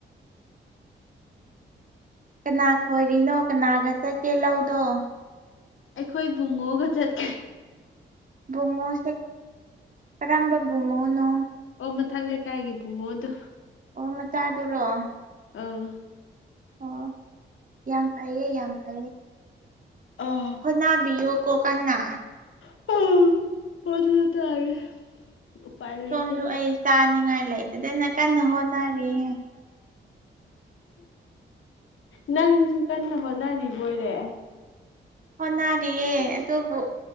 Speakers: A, on the right; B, on the left.
A: ꯀꯅꯥ ꯈꯣꯏꯔꯤꯅꯣ ꯀꯅꯥꯒ ꯆꯠꯀꯦ ꯂꯧꯗꯣ
B: ꯑꯩꯈꯣꯏ ꯄꯨꯡꯉꯣꯛꯒ ꯆꯠꯀꯦ
A: ꯕꯨꯡꯉꯣꯁꯦ ꯀꯔꯝꯕ ꯕꯨꯡꯉꯣꯅꯣ
B: ꯑꯣ ꯃꯊꯛ ꯂꯩꯀꯥꯏꯒꯤ ꯄꯨꯡꯉꯣꯗꯣ
A: ꯑꯣ ꯃꯆꯥꯗꯨꯔꯣ
B: ꯑꯥ
A: ꯑꯣ ꯌꯥꯝ ꯐꯩꯌꯦ ꯌꯥꯝ ꯐꯩꯌꯦ
B: ꯑꯥ
A: ꯍꯣꯅꯥꯕꯤꯌꯨ ꯀꯣ ꯀꯥꯟꯅꯥ
B: <unintelligible> ꯎꯄꯥꯏ ꯂꯩꯇꯦ
A: ꯁꯣꯝꯁꯨ ꯑꯩ ꯆꯥꯅꯤꯡꯉꯥꯏ ꯂꯩꯇꯗꯅ ꯀꯟꯅ ꯍꯣꯠꯅꯔꯤꯍꯦ
B: ꯅꯪꯁꯨ ꯀꯟꯅ ꯍꯣꯠꯅꯔꯤꯕꯣꯏꯔꯦ
A: ꯍꯣꯅꯔꯤꯌꯦ ꯑꯗꯨꯕꯨ